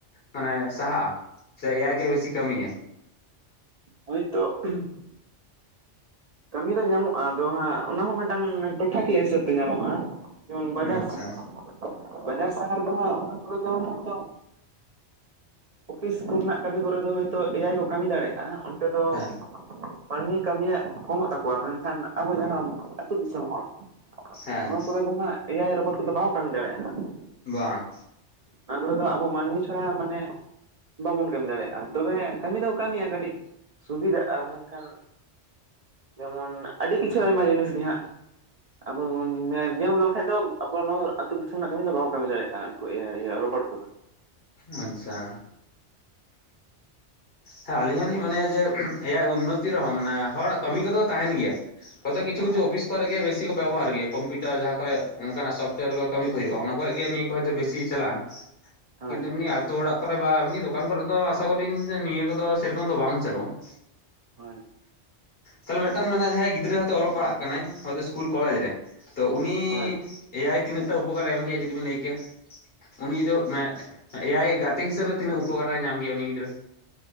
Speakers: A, on the left; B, on the right.
A: ᱢᱟᱱᱮ ᱥᱟᱦᱟᱜᱼᱟ, ᱥᱮ ᱮᱭᱟᱭ ᱜᱮ ᱵᱮᱥᱤ ᱠᱟᱹᱢᱤ ᱟᱭ?
B: ᱦᱩᱭ ᱛᱚ ᱾ ᱠᱟᱹᱢᱤ ᱫᱚ ᱧᱟᱢᱚᱜᱼᱟ᱾ ᱟᱫᱚ ᱦᱟᱸᱜ ᱚᱱᱟ ᱦᱚᱸ ᱢᱤᱫᱴᱟᱝ ᱴᱚᱴᱷᱟᱠᱤᱭᱟᱹ ᱦᱤᱥᱟᱹᱵ ᱛᱮ ᱧᱟᱢᱚᱜᱼᱟ ᱾ ᱡᱮᱢᱚᱱ ᱵᱟᱡᱟᱨ
A: ᱟᱪᱪᱷᱟ
B: ᱥᱟᱦᱟᱨ, ᱵᱟᱡᱟᱨ ᱥᱟᱦᱟᱨ ᱫᱚ ᱦᱟᱸᱜ ᱚᱱᱟ ᱠᱚᱨᱮ ᱫᱚ ᱦᱚᱭ ᱛᱚ ᱚᱯᱷᱤᱥ ᱠᱚᱨᱮᱱᱟᱜ ᱠᱟᱹᱢᱤ ᱠᱚᱨᱮ ᱫᱚ ᱦᱚᱭᱛᱳ ᱮ ᱟᱭ ᱠᱚ ᱠᱟᱹᱢᱤ ᱫᱟᱲᱮᱭᱟᱜᱼᱟ᱾ ᱚᱱᱛᱮ ᱫᱚ
A: ᱦᱮᱸ
B: ᱢᱟᱹᱱᱢᱤ ᱠᱟᱹᱢᱤᱭᱟᱜ ᱠᱚᱢᱚᱜ ᱛᱟᱠᱚᱣᱟ᱾ ᱢᱮᱱᱠᱷᱟᱱ ᱟᱵᱚ ᱡᱟᱦᱟᱸ ᱟᱹᱛᱩ ᱫᱤᱥᱚᱢ ᱦᱚᱲ ᱾
A: ᱦᱮᱸ
B: ᱱᱚᱣᱟ ᱠᱚᱨᱮ ᱫᱚ ᱦᱟᱸᱜ ᱮ ᱟᱭ ᱨᱚᱵᱚᱴ ᱠᱚᱫᱚ ᱵᱟᱠᱚ ᱠᱟᱹᱢᱤ ᱫᱟᱲᱮᱭᱟᱜ ᱦᱟᱸᱜ ᱾
A: ᱵᱟᱝ ᱾
B: ᱚᱱᱟ ᱠᱚᱨᱮ ᱫᱚ ᱟᱵᱚ ᱢᱟᱹᱱᱢᱤ ᱪᱷᱟᱲᱟ ᱢᱟᱱᱮ ᱵᱟᱵᱚᱱ ᱠᱟᱹᱢᱤ ᱫᱟᱲᱮᱭᱟᱜᱼᱟ᱾ ᱛᱚᱵᱮ ᱠᱟᱹᱢᱤ ᱫᱚ ᱠᱟᱹᱢᱤᱭᱟ ᱠᱟᱹᱴᱤᱡ ᱥᱩᱵᱤᱫᱷᱟᱜᱼᱟ᱾ ᱢᱮᱱᱠᱷᱟᱱ ᱡᱮᱢᱚᱱ ᱟᱹᱰᱤ ᱠᱤᱪᱷᱩ ᱟᱭᱢᱟ ᱡᱤᱱᱤᱥ ᱜᱮ ᱦᱟᱸᱜ ᱟᱵᱚ ᱫᱚ ᱵᱚᱱ ᱧᱮᱞ ᱵᱤᱞᱟᱹᱣ ᱞᱮᱠᱷᱟᱱ ᱫᱚ ᱟᱵᱚ ᱱᱚᱣᱟ ᱟᱹᱛᱩ ᱫᱤᱥᱚᱢ ᱨᱮᱱᱟᱜ ᱠᱟᱹᱢᱤ ᱫᱚ ᱵᱟᱠᱚ ᱠᱟᱹᱢᱤ ᱫᱟᱲᱮᱭᱟᱜᱼᱟ ᱾ ᱮ ᱟᱭ ᱤᱭᱟᱹ ᱨᱚᱵᱚᱴ ᱠᱚᱫᱚ ᱾
A: ᱟᱪᱪᱷᱟ ᱾ ᱦᱮᱸ ᱟᱹᱞᱤᱧ ᱦᱚᱞᱤᱧ ᱢᱚᱱᱮᱭᱟ ᱡᱮ ᱮ ᱟᱭ ᱩᱱᱚᱛᱤ ᱨᱮᱦᱚᱸ ᱢᱟᱱᱮ ᱦᱚᱲᱟᱜ ᱠᱟᱹᱢᱤ ᱠᱚᱫᱚ ᱛᱟᱦᱮᱱ ᱜᱮᱭᱟ ᱾ ᱦᱚᱭᱛᱳ ᱠᱤᱪᱷᱩ
B: ᱦᱳᱭ
A: ᱠᱤᱪᱷᱩ ᱚᱯᱷᱤᱥ ᱠᱚᱨᱮ ᱜᱮ ᱵᱤᱥᱤ ᱠᱚ ᱵᱮᱵᱚᱦᱟᱨ ᱜᱮᱭᱟ᱾ ᱠᱚᱢᱯᱩᱴᱟᱨ ᱡᱟᱦᱟᱸ ᱠᱚᱨᱮ ᱚᱱᱠᱟᱱᱟᱜ ᱥᱚᱯᱴᱚᱭᱟᱨ ᱠᱚ ᱠᱟᱹᱢᱤ ᱠᱚ ᱦᱩᱭᱩᱜᱼᱟ᱾ ᱚᱱᱟ ᱠᱚᱨᱮ ᱜᱮ ᱱᱤᱭᱟᱹ ᱠᱚ ᱦᱚᱭᱛᱳ ᱵᱮᱥᱤ ᱜᱮ ᱪᱟᱞᱟᱜᱼᱟ᱾
B: ᱦᱳᱭ
A: ᱠᱤᱱᱛᱩ ᱱᱤᱭᱟᱹ ᱟᱛᱳ ᱚᱲᱟᱜ ᱠᱚᱨᱮ ᱵᱟ ᱮᱢᱱᱤ ᱫᱚᱠᱟᱱ ᱠᱚᱨᱮ ᱫᱚ ᱟᱥᱟ ᱠᱚᱨᱤ ᱱᱤᱭᱟᱹ ᱠᱚᱫᱚ ᱥᱮᱨᱚᱠᱚᱢ ᱫᱚ ᱵᱟᱝ ᱪᱟᱹᱞᱩᱜᱼᱟ ᱾
B: ᱦᱳᱭ ᱾
A: ᱛᱟᱦᱚᱞᱮ ᱢᱤᱫᱴᱟᱝ ᱢᱟᱱᱮ ᱡᱟᱦᱟᱸᱭ ᱜᱤᱫᱽᱨᱟᱹ ᱦᱚᱭᱛᱳ ᱚᱞᱚᱜ ᱯᱟᱲᱦᱟᱜ ᱠᱟᱱᱟᱭ, ᱦᱚᱭᱛᱳ ᱤᱥᱠᱩᱞ ᱠᱚᱞᱮᱡᱽ ᱨᱮ ᱾ ᱛᱚ ᱩᱱᱤ
B: ᱦᱳᱭ
A: ᱮ ᱟᱭ ᱛᱤᱱᱟᱹᱜ ᱴᱟᱜ ᱩᱯᱚᱠᱟᱨ ᱮᱢ ᱜᱮᱭᱟ ᱡᱩᱫᱤ ᱵᱤᱱ ᱞᱟᱹᱭ ᱠᱮᱭᱟ? ᱩᱱᱤ ᱡᱩᱫᱤ ᱢᱟᱱᱮ ᱮ ᱟᱭ ᱜᱟᱛᱮ ᱦᱤᱥᱟᱹᱵᱽ ᱛᱤᱱᱟᱜ ᱩᱯᱚᱠᱟᱨ ᱮ ᱧᱟᱢ ᱜᱮᱭᱟ ᱩᱱᱤ ᱜᱤᱫᱽᱨᱟᱹ?